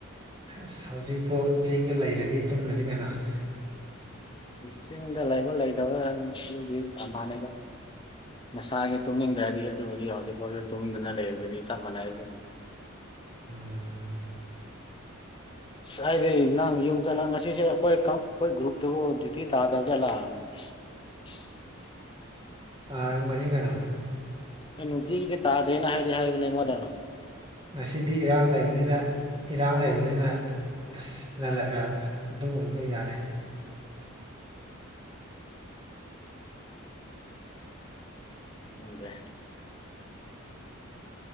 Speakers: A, on the right; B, on the left.
A: ꯑꯁ ꯍꯧꯖꯤꯛꯐꯥꯎ ꯆꯤꯡꯗ ꯂꯩꯔꯗꯤ ꯇꯨꯝꯂꯗꯤ ꯀꯩꯅꯣꯁ
B: ꯆꯤꯡꯗ ꯂꯩꯕ ꯂꯩꯇꯕꯒꯤ ꯑꯝꯕꯥꯅꯦꯗ ꯃꯁꯥꯒꯤ ꯇꯨꯝꯅꯤꯡꯗ꯭ꯔꯗꯤ ꯑꯗꯨꯕꯨꯗꯤ ꯍꯧꯖꯤꯛꯐꯥꯎꯗ ꯇꯨꯝꯗꯅ ꯂꯩꯔꯤ ꯑꯗꯨꯗꯤ ꯆꯞ ꯃꯥꯟꯅꯩ ꯑꯗꯨꯅꯤ <inaudible>
A: ꯎꯝ
B: ꯑꯁ ꯍꯥꯏꯗꯤ ꯅꯪ ꯌꯨꯝ ꯆꯠꯂ ꯉꯁꯤꯁꯦ ꯑꯩꯈꯣꯏ ꯑꯩꯈꯣꯏ ꯒ꯭ꯔꯨꯞꯇꯕꯨ ꯗ꯭ꯌꯨꯇꯤ ꯇꯥꯗꯕ ꯆꯠꯂ <unintelligible>
A: ꯇꯔꯝꯒꯅꯤꯒꯅ
B: ꯅꯨꯡꯇꯤꯒꯤꯗꯤ ꯇꯥꯗ꯭ꯔꯦꯅ ꯍꯥꯏꯗꯤ ꯍꯥꯏꯕꯅꯦ ꯃꯣꯏꯅ
A: ꯉꯁꯤꯗꯤ ꯏꯔꯥꯡ ꯂꯩꯕꯅꯤꯅ ꯏꯔꯥꯡ ꯂꯩꯕꯅꯤꯅ ꯑꯁ ꯅꯜꯂꯛꯒ ꯑꯗꯨꯒꯨꯝꯕꯗꯣ ꯌꯥꯔꯦ
B: ꯎꯗ